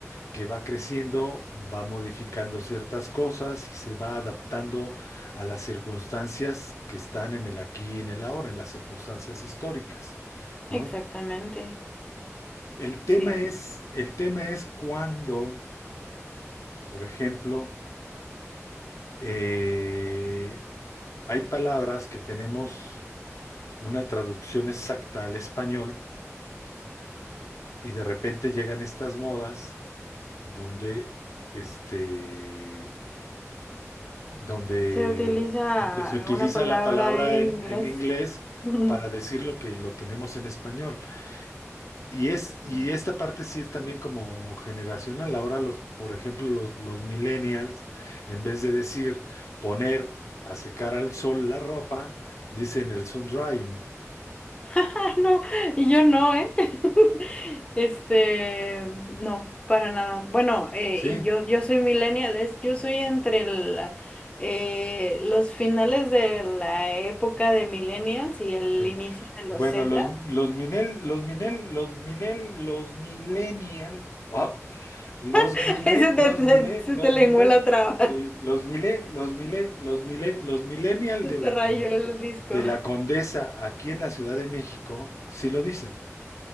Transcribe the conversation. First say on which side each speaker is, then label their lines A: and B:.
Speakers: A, on the left; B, on the left.
A: que va creciendo, va modificando ciertas cosas y se va adaptando a las circunstancias que están en el aquí y en el ahora, en las circunstancias históricas, ¿no?
B: exactamente.
A: El tema
B: Sí.
A: es, el tema es cuando, por ejemplo, eh, hay palabras que tenemos una traducción exacta al español y de repente llegan estas modas donde, este, donde,
B: Se utiliza
A: donde se utiliza
B: una palabra
A: la palabra
B: en inglés.
A: en, en inglés
B: <laughs>
A: para decir lo que lo tenemos en español. Y es, y
B: Sí.
A: esta parte sí es también como generacional. Ahora los, por ejemplo, los, los millennials, en vez de decir poner a secar al sol la ropa, dicen el sun drying.
B: <laughs> No, y yo no, ¿eh? <laughs> Este, no, para nada. Bueno, eh,
A: Sí.
B: y yo, yo soy millennial, es- yo soy entre el, eh, los finales de la época de millennials y el
A: Sí.
B: inicio de los
A: Bueno,
B: Z.
A: los, los minel, los minel, los minel, los millennial, ah, los
B: <laughs>
A: mile,
B: Se te,
A: los
B: se,
A: mile,
B: se
A: los
B: te lenguó
A: mile,
B: la traba,
A: sí,
B: <laughs>
A: los mile, los mile, los mile, los millennial
B: se
A: de
B: te
A: la
B: rayó
A: con,
B: el disco.
A: de la Condesa aquí en la Ciudad de México, sí lo dicen.